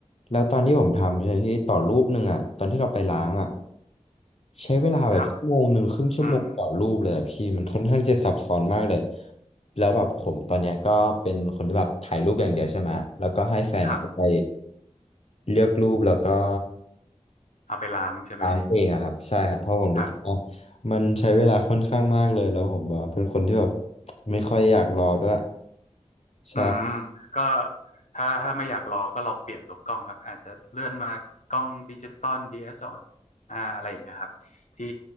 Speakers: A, on the left (about 60°); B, on the left (about 80°).
A: แล้วตอนที่ผมทำใช่ไหมพี่ต่อรูปหนึ่งอะตอนที่เราไปล้างอะ ใช้เวลาแบบชั่วโมงหนึ่งครึ่งชั่วโมงต่อรูปเลยอะพี่มันค่อนข้างที่จะซับซ้อนมากเลย
B: ครับอืม
A: แล้วแบบผมตอนเนี้ยก็เป็นคนที่แบบถ่ายรูปอย่างเดียวใช่ไหมแล้วก็ให้แฟนเขาไป
B: ครับ
A: เลือกรูปแล้วก็
B: เอาไปล้างใช่ไหม
A: ล้างเองอะครับใช่ครับเพราะผมรู้สึกว่า
B: ครับ
A: มันใช้เวลาค่อนข้างมากเลยแล้วผมแบบเป็นคนที่แบบไม่ค่อยอยากรอด้วยใช่
B: อืมก็ถ้าถ้าไม่อยากรอก็ลองเปลี่ยนตัวกล้องครับอาจจะเลื่อนมากล้องดิจิตอล DSLR อสแอลอาร์อะไรอย่างเงี้ยครับที่